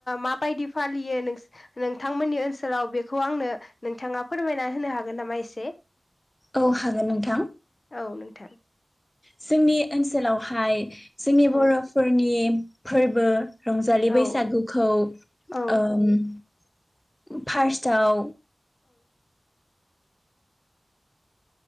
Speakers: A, on the left; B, on the left.
A: माबायदि फालियो नों नोंथांमोननि ओनसोलाव बेखौ आंनो नोंथाङा फोरमायना होनो हागोन नामा एसे
B: औ हागोन नोंथां।
A: औ नोंथां
B: जोंनि ओनसोलावहाय जोंनि
A: औ
B: बरफोरनि फोरबो रंजालि
A: औ
B: बैसागुखौ
A: औ
B: ओम फार्स्ट दाउ